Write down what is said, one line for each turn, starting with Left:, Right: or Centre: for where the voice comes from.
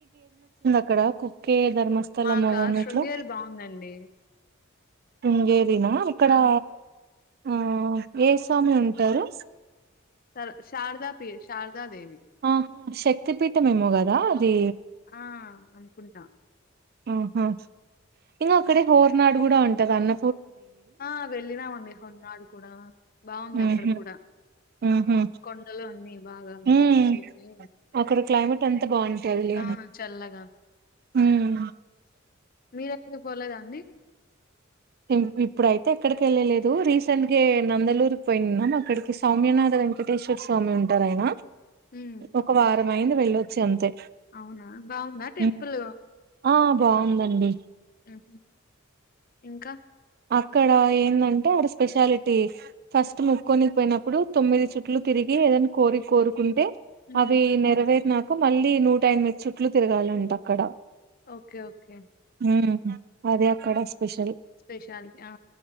Right: ఇక్కడ కుక్కే ధర్మస్థలం
Left: మాకా
Right: అవ్వన్నట్లు
Left: శృంగేరి బాగుందండి
Right: ఉండేదినా అక్కడా
Left: ఆ
Right: ఆ ఏ స్వామి ఉంటరు
Left: తల్ షాడ్దాపి శార్దాదేవి
Right: ఆహా శక్తిపీఠం ఏమో కదా అది
Left: ఆ అన్కుంట
Right: ఊహు ఇంగ అక్కడే హోర్నాడు గుడా ఉంటది అన్న
Left: ఆ వెళ్ళినామండి హొన్నాడ్ కుడా బాంది
Right: ఉహు
Left: అక్కడ కూడా
Right: ఉహు
Left: కొండలు అన్ని బాగా
Right: ఉమ్
Left: చూసేకీ
Right: అక్కడ క్లైమేట్ అంతా బాగుంటదిలే
Left: ఆ చల్లగా
Right: ఉమ్.
Left: మీరెక్కడ్కి పోలేదాండి
Right: ఇన్ ఇప్పుడైతె ఎక్కడికెళ్ళలేదు రీసెంట్గే నందలూరు పోయ్న్నామక్కడికి సామ్యునాథ వెంకటేశ్వర స్వామి ఉంటారాయన
Left: ఉమ్
Right: ఒక వారమైంది వెళ్ళొచ్చి అంతె
Left: అవునా బాగుందా టెంపుల్
Right: ఉమ్ ఆ బాందండి
Left: ఊహు ఇంక
Right: అక్కడా ఏందన్ టో ఆడ స్పెషాలిటీ ఫస్ట్ ముక్కోనికి పోయ్నప్పుడు తొమ్మిది చుట్లు తిరిగి ఏదైన్ కోరిక్కోరుకుంటె
Left: హ్మ్.
Right: అవీ నెరవేర్నాక మళ్ళీ నూట ఎన్మిది చుట్లు తిరగాలంటక్కడ
Left: ఒక్కె ఒక్కె
Right: ఊమ్ అదే అక్కడ స్పెషల్
Left: స్పెషాల్టి ఆ